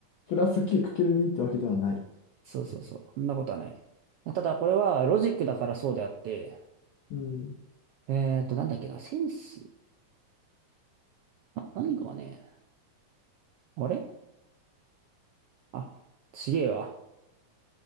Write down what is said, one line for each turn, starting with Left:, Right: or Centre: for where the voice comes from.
Left: プラス9る2ってわけではない。
Right: そうそうそう。そんなことはない。ただ、これはロジックだからそうであって、
Left: うん。
Right: えーと、なんだっけな、センス、あ何かはね、あれあ、ちげえわ。